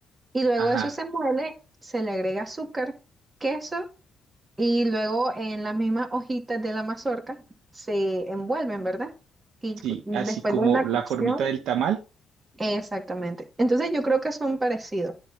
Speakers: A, on the right; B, on the right.
A: Y luego
B: ajá,
A: eso se muele, se le agrega azúcar, queso y luego en las mismas hojitas de la mazorca se envuelven, ¿verdad? Y cu-
B: sí,
A: después
B: así como
A: de una cocción,
B: la formita del tamal.
A: exactamente. Entonces yo creo que son parecidos,